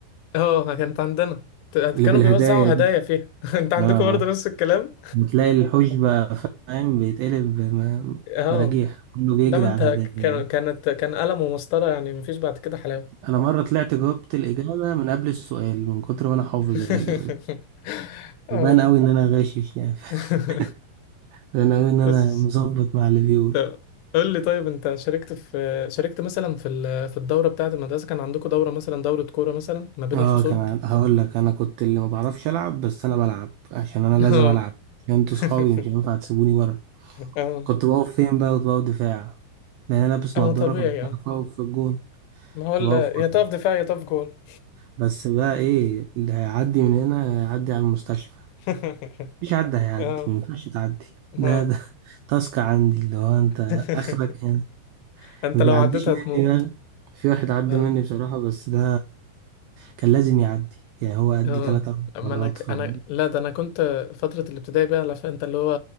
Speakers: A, on the left; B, on the right.
A: اه كانت عندنا ت- كانوا
B: اللي بالهدايا
A: بيوزعوا
B: دي
A: هدايا فيها <laughs> انت عندكم
B: اه آه.
A: برضه نفس الكلام
B: بتلاقي الحوش بقى فاهم بيتقلب بم-
A: <laughs> اه
B: مراجيح كله بيجري
A: لا ما انت
B: على الهدايا
A: كان كانت كان قلم ومسطرة يعني مفيش بعد كده حلاوة
B: انا مره طلعت جاوبت الاجابه من قبل السؤال من كتر ما انا حافظ
A: <laughs>
B: الاجابات
A: اه
B: فبان قوي ان انا غاشش يعني <laughs>
A: <laughs>
B: باين قوي ان انا
A: بس
B: مظبط مع اللي بيقول
A: طب قول لي طيب انت شاركت في شاركت مثلا في ال- في الدوره بتاعه المدرسه كان عندكم دوره مثلا دوره كوره مثلا ما بين
B: اه
A: الفصول
B: كمان هقول لك انا كنت اللي ما بعرفش العب بس انا بلعب عشان انا لازم
A: اه
B: العب عشان انتوا
A: <laughs>
B: صحابي مش هينفع تسيبوني بره
A: اه
B: كنت بقف فين بقى كنت بقف دفاع لان انا لابس
A: اما
B: نضاره
A: طبيعي
B: فمش
A: اه
B: عارف اقف في الجون
A: ما هو ال-
B: فبقف بره
A: يا تقف دفاع يا تقف جول
B: بس بقى ايه اللي هيعدي من هنا هيعدي على المستشفى
A: <laughs>
B: مفيش حد هيعدي
A: اه
B: ما ينفعش تعدي
A: اه
B: ده ده <laughs> تاسك عندي اللي هو انت
A: <laughs>
B: اخرك يعني
A: انت
B: ما بيعديش
A: لو عديتها
B: مني
A: هتموت
B: بقى في واحد عدى
A: اه.
B: مني بصراحة بس ده كان لازم يعدي يعني هو عدي
A: اه
B: تلات أربع
A: اما
B: مرات
A: انا ك-
B: ف
A: انا
B: <laughs>
A: لا ده انا كنت فتره الابتدائي بقى عارف انت اللي هو